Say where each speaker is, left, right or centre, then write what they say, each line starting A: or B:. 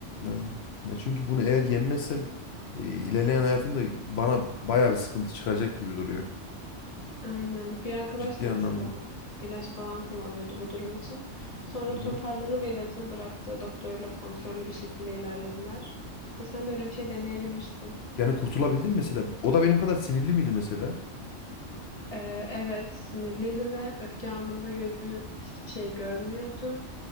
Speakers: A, on the left; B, on the left.
A: aynen. Ya çünkü bunu eğer yenmezsem e, ilerleyen hayatımda bana bayağı bir sıkıntı çıkacak gibi duruyor.
B: Aynen. Bir arkadaş
A: Ciddi
B: da mesela
A: anlamda.
B: ilaç falan kullanıyordu bu durum için. Sonra
A: Hı
B: toparladı
A: hı.
B: ve ilacını bıraktı. Doktoruyla kontrollü bir şekilde ilerlediler. Ve sen de öyle bir şey deneyebilirsin.
A: Yani kurtulabildim mi mesela. O da benim kadar sinirli miydi mesela?
B: Ee, evet, sinirliydi ve öfke anında gözü hiçbir şey görmüyordu.